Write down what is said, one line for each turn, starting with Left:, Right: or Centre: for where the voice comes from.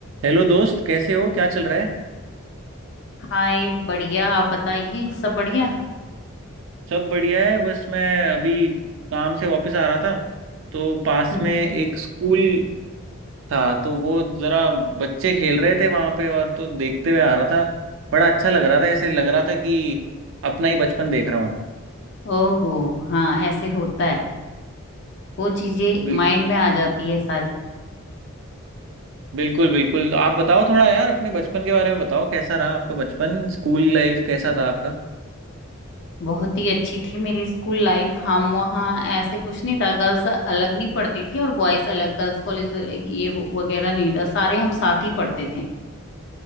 Right: Hello दोस्त कैसे हो क्या चल रहा है
Left: हाय बढ़िया आप बताइए सब बढ़िया
Right: सब बढ़िया है बस मैं अभी काम से वापस आ रहा था तो पास
Left: हम्म,
Right: में एक स्कूल था तो वो ज़रा बच्चे खेल रहे थे वहाँ पे और तो देखते हुए आ रहा था बड़ा अच्छा लग रहा था ऐसे लग रहा था कि अपना ही बचपन देख रहा हूँ
Left: ओहो हाँ ऐसे होता है वो चीजें
Right: बिल,
Left: माइंड में आ जाती है सारी
Right: बिल्कुल बिल्कुल तो आप बताओ थोड़ा यार अपने बचपन के बारे में बताओ कैसा रहा आपका बचपन स्कूल लाइफ कैसा था आपका
Left: बहुत ही अच्छी थी मेरी स्कूल लाइफ हम वहाँ ऐसे कुछ नहीं था गर्ल्स अलग नहीं पढ़ती थी और बॉयज अलग गर्ल्स कॉलेज ये वो- वगैरह नहीं था सारे हम साथ ही पढ़ते थे